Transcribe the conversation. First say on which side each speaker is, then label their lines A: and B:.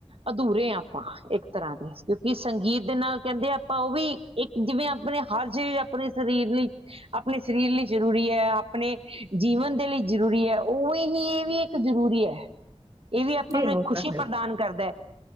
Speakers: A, on the right (about 60°); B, on the right (about 30°).
A: ਅਧੂਰੇ ਹ ਆਪਾਂ ਇੱਕ ਤਰ੍ਹਾਂ ਦੇ ਕਿਉਂਕਿ ਸੰਗੀਤ ਦੇ ਨਾਲ ਕਹਿੰਦੇ ਆਪਾਂ ਉਹ ਵੀ ਇੱਕ ਜਿਵੇਂ ਆਪਣੇ ਹਰ ਜੀ ਆਪਣੇ ਸਰੀਰ ਲਈ ਆਪਣੇ ਸਰੀਰ ਲਈ ਜ਼ਰੂਰੀ ਹੈ ਆਪਣੇ ਜੀਵਨ ਦੇ ਲਈ ਜ਼ਰੂਰੀ ਹੈ। ਉਵੇਂ ਹੀ ਇਹ ਵੀ ਇੱਕ ਜ਼ਰੂਰੀ ਹੈ। ਇਹ ਵੀ ਆਪਾਂ
B: ਨਹੀਂ
A: ਨੂੰ
B: ਉਹ
A: ਇੱਕ ਖੁਸ਼ੀ
B: ਤਾਂ ਹੈ
A: ਪ੍ਰਦਾਨ
B: ਹੀ।
A: ਕਰਦਾ ਹੈ।